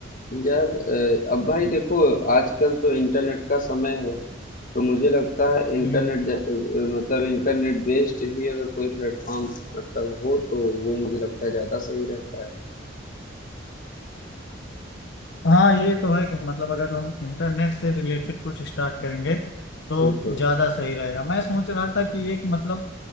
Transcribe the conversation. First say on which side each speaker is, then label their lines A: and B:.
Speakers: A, on the left (about 45°); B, on the left (about 65°).
A: यार अ, अब भाई देखो आजकल तो इंटरनेट का समय है तो मुझे लगता है इंटरनेट
B: हम्म
A: ज- अ, मतलब इंटरनेट बेस्ड ही अगर कोई प्लेटफॉर्म मतलब हो तो वो मुझे लगता है ज़्यादा सही रहता है
B: हाँ ये तो है कि मतलब अगर हम इंटरनेट से रिलेटेड कुछ स्टार्ट करेंगे तो
A: बिल्कुल
B: ज्यादा सही रहेगा मैं सोच रहा था कि एक मतलब